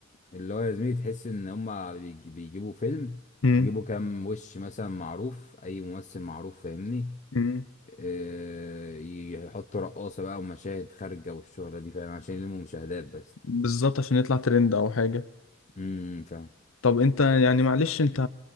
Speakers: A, on the left (about 35°); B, on the left (about 80°).
A: اللي هو يا زميلي تحس ان هما بيج- بيجيبوا فيلم
B: مم.
A: يجيبوا كام وش مثلا معروف اي ممثل معروف فاهمني
B: مم.
A: آه، يحطوا رقاصة بقى ومشاهد خارجة والشغلة دي فاهم عشان يلموا مشاهدات بس
B: بالظبط عشان يطلع ترند أو حاجة
A: امم فاهم
B: طب انت يعني معلش انت